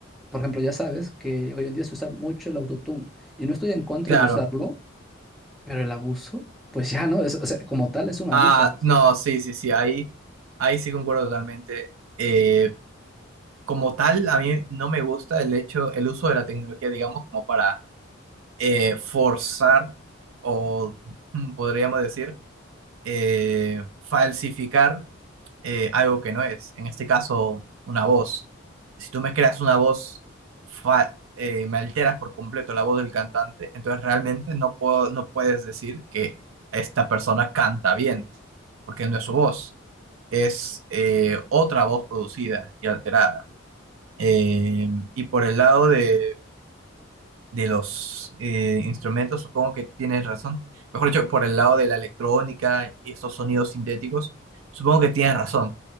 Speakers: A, in the centre; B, on the right (about 80°).
A: Por ejemplo, ya sabes que hoy en día se usa mucho el autotune y no estoy en contra
B: claro.
A: de usarlo, pero el abuso, pues ya no, es- o sea, como tal es un abuso
B: Ah,
A: a veces.
B: no, sí, sí, sí, ahí, ahí sí concuerdo totalmente. Eh, como tal, a mí no me gusta el hecho, el uso de la tecnología, digamos, como para eh, forzar o mm, podríamos decir eh, falsificar eh, algo que no es, en este caso una voz. Si tú me creas una voz, fa- eh, me alteras por completo la voz del cantante, entonces realmente no puedo, no puedes decir que esta persona canta bien, porque no es su voz, es eh, otra voz producida y alterada. Eh, y por el lado de, de los eh, instrumentos, supongo que tienes razón. Mejor dicho, por el lado de la electrónica y estos sonidos sintéticos, supongo que tienes razón